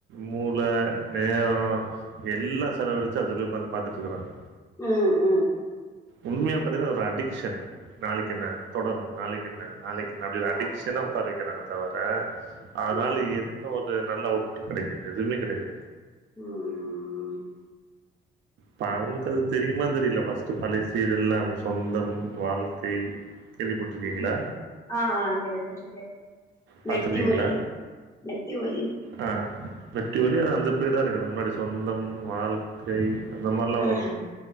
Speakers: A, on the right (about 70°); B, on the left (about 15°).
A: மூள நேரம் எல்லா செலவழிச்சு அதுல போய் உக்காந்து பாத்துட்டு இருக்கறாங்க
B: ம் ம்
A: உண்மையா பாத்தீங்கனா அது ஒரு அடிக்ஷன் நாளைக்கு என்ன தொடரும் நாளைக்கு என்ன நாளைக் க்கென்ன அப்டி
B: ஆ-
A: அடிக்ஷனா உட்காற வெக்கிறாங்க தவர அதனால
B: ஆமா
A: என்ன ஒரு நல்ல அவுட் புட் கெடைக்குது எதுவுமே கெடயா
B: ம் ம் ம்
A: டா உங்ளுக்கு அது தெரியுமானு தெரியல பர்ஸ்ட் பழைய சீரியல்லா சொந்தம் வாழ்க்கை கேள்விப்பட்டுருக்கீங்களா?
B: ம் ஆ ஆ கேள்விப்பட்டுருகே
A: பாத்துருக்கீங்களா?
B: மெட்டி ஒலி மெட்டி ஒலி
A: ஆ மெட்டி ஒலி அதா அந்த பிரியடு தா அதுக்கு முன்னாடிதா சொந்தம் வாழ்க்கை அந்த மாரிலா
B: ம்
A: வரும்